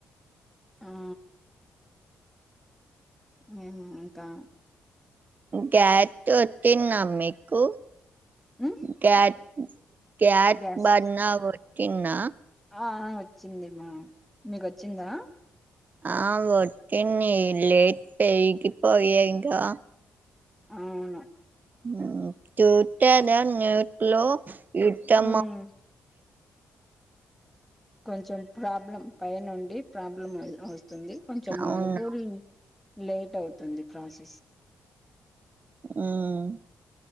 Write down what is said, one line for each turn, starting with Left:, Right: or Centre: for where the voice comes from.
Centre: ఆహ్ ఆ హుహ్ ఇంకా
Right: గ్యాట్ ఒతిన్నా మీకు?
Centre: మ్మ్
Right: క్యా క్యాట్
Centre: గ్యాస్
Right: బర్నవుతిన్నా
Centre: ఆ ఆ వచ్చింది. మా మీకోచ్చిందా?
Right: ఆ వచ్చింది లేట్ పైకి పోయే ఇంకా
Centre: ఆవ్ను
Right: ఉహ్ చూట్టదా నోట్లో యుత్తమో
Centre: మ్మ్ కొంచెం ప్రాబ్లం పై నుండి ప్రాబ్లం ఉన్నది. తుంది కొంచం
Right: అవును
Centre: అందుకుని లేటవుతుంది ప్రోసెస్.
Right: ఉమ్